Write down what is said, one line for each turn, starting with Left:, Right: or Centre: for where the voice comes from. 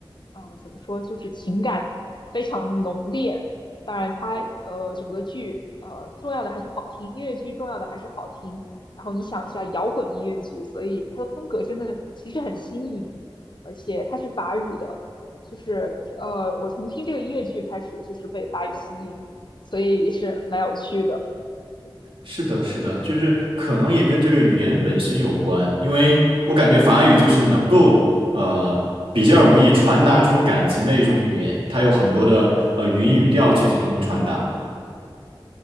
Left: 呃，怎么说，就是情感非常的浓烈。当然它，呃整个剧呃重要的还是好听，音乐剧重要的还是好听。然后你想一下，摇滚音乐剧，所以它的风格真的其实很新颖，而且它是法语的，就是呃我从听这个音乐剧开始就是被法语吸引，所以也是蛮有趣的。
Right: 是的，是的，就是可能也跟这个语言本身有关，因为我感觉法语就是能够呃比较容易传达出感情的一种语言，
Left: 嗯。
Right: 它有很多的呃语音语调去进行传达。
Left: 嗯